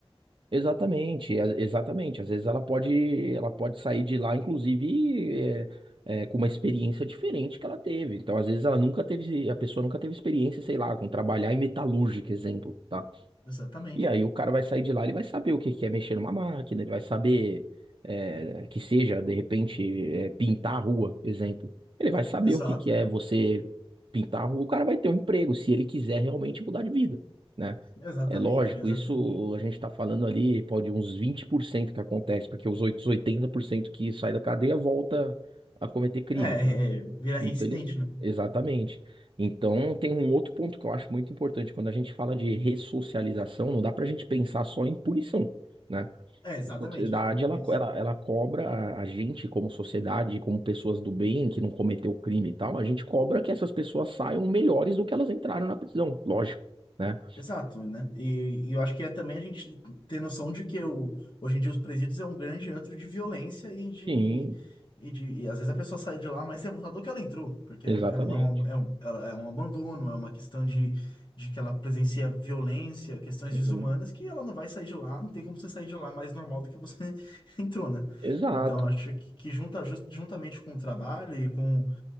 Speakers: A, on the right; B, on the left.
A: Exatamente, a- exatamente. Às vezes ela pode, ela pode sair de lá, inclusive, é, é, com uma experiência diferente que ela teve. Então, às vezes ela nunca teve, a pessoa nunca teve experiência, sei lá, com trabalhar em metalúrgica, exemplo, tá?
B: Exatamente.
A: E aí o cara vai sair de lá, ele vai saber o que que é mexer numa máquina, ele vai saber, é, que seja, de repente, é, pintar a rua, exemplo. Ele vai saber
B: Exato.
A: o que que é você pintar a rua. O cara vai ter um emprego, se ele quiser realmente mudar de vida. né?
B: Exatamente,
A: É lógico,
B: exatamente.
A: isso a gente está falando ali, pode uns 20% que acontece, porque os outros 80% que sai da cadeia volta a cometer crimes,
B: É,
A: né?
B: é, vira
A: Infeliz-
B: reincidente, né?
A: Exatamente. Então, tem um outro ponto que eu acho muito importante. Quando a gente fala de ressocialização, não dá para a gente pensar só em punição, né?
B: É, exatamente,
A: A sociedade,
B: a gente tem que
A: ela,
B: pôr isso.
A: co- ela, ela cobra a a gente, como sociedade, como pessoas do bem, que não cometeu crime e tal, a gente cobra que essas pessoas saiam melhores do que elas entraram na prisão, lógico, né?
B: Exato, né? E, e eu acho que é também a gente ter noção de que o, hoje em dia os presídios é um grande antro de violência e de.
A: Sim,
B: E, de, e às vezes a pessoa sai de lá mais revoltada do que ela entrou, porque
A: exatamente.
B: é, é, um- é, um- é um ela- é um abandono, é uma questão de, de que ela presencia violência, questões
A: Uhum.
B: desumanas, que ela não vai sair de lá, não tem como você sair de lá mais normal do que você <laughs> entrou, né?
A: Exato.
B: Então, eu acho que, que junta, jus- juntamente com o trabalho e com